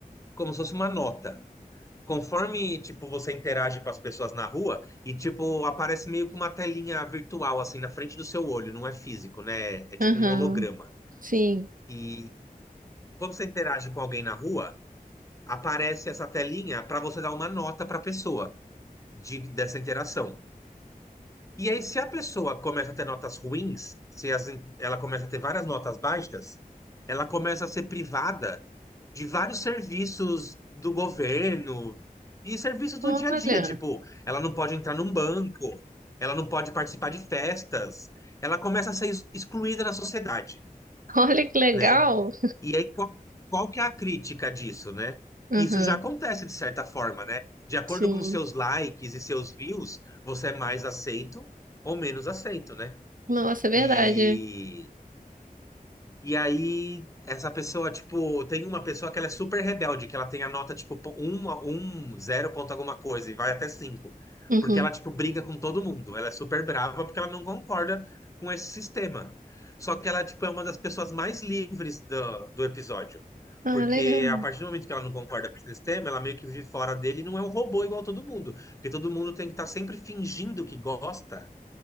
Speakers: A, on the left (about 20°); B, on the right (about 65°).
A: como se fosse uma nota. Conforme, tipo, você interage com as pessoas na rua e, tipo, aparece meio que uma telinha virtual, assim, na frente do seu olho, não é físico, né? É tipo
B: Aham,
A: um holograma.
B: sim.
A: E quando você interage com alguém na rua, aparece essa telinha para você dar uma nota para a pessoa de- dessa interação. E aí, se a pessoa começa a ter notas ruins, se as- ela começa a ter várias notas baixas, ela começa a ser privada de vários serviços do governo e serviços do
B: Olha,
A: dia a dia. Tipo, ela não pode entrar num banco, ela não pode participar de festas, ela começa a ser ex- excluída na sociedade,
B: <laughs> olha que legal.
A: né? E aí, qual, qual que é a crítica disso, né?
B: Aham,
A: Que isso já acontece de certa forma, né? De acordo
B: sim.
A: com seus likes e seus views, você é mais aceito ou menos aceito, né?
B: Nossa, é verdade.
A: E e aí, essa pessoa, tipo, tem uma pessoa que ela é super rebelde, que ela tem a nota, tipo, um, um, zero ponto alguma coisa, e vai até cinco.
B: Uhum.
A: Porque ela, tipo, briga com todo mundo. Ela é super brava porque ela não concorda com esse sistema. Só que ela, tipo, é uma das pessoas mais livres do, do episódio.
B: Ah,
A: Porque
B: legal.
A: a partir do momento que ela não concorda com esse sistema, ela meio que vive fora dele e não é um robô igual todo mundo. Porque todo mundo tem que estar sempre fingindo que gosta